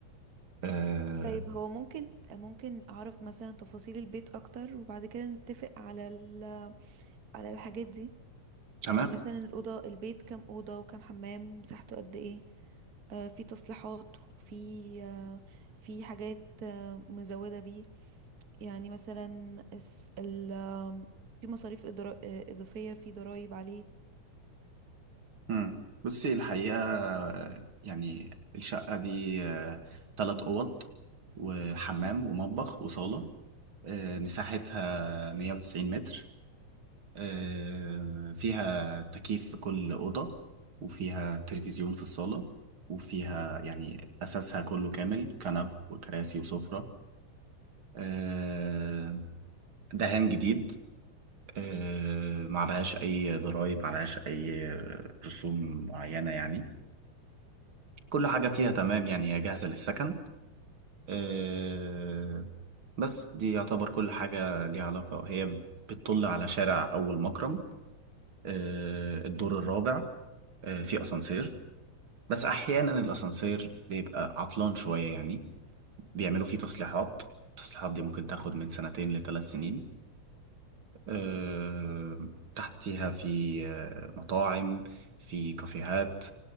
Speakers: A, on the right; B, on the right.
A: أه،
B: طيب هو ممكن ممكن اعرف مثلا تفاصيل البيت اكتر وبعد كده نتفق على ال... على الحاجات دي
A: تمام
B: يعني مثلا الأوضة البيت كام أوضة وكام حمام مساحته قد ايه آه في تصليحات وفي آه في حاجات آه مزودة بيه يعني مثلا الس- ال آم، في مصاريف إدرا- آه، إضافية في ضرائب عليه
A: مم. بصي الحقيقة يعني الشقة دي آه، تلات أوض وحمام ومطبخ وصالة آه، مساحتها 190 متر آه، فيها تكييف في كل أوضة وفيها تلفزيون في الصالة وفيها يعني أساسها كله كامل كنب وكراسي وسفرة آه، دهان جديد آه، معلهاش أي ضرايب معلهاش أي رسوم معينة يعني كل حاجة فيها تمام يعني هي جاهزة للسكن آه، بس دي يعتبر كل حاجة ليها علاقة هي بتطل على شارع أول مكرم آه، الدور الرابع آه، في أسانسير بس أحيانا الأسانسير بيبقى عطلان شوية يعني بيعملوا فيه تصليحات التصليحات دي ممكن تاخد من سنتين لثلاث سنين آه، تحتيها في آه، مطاعم في كافيهات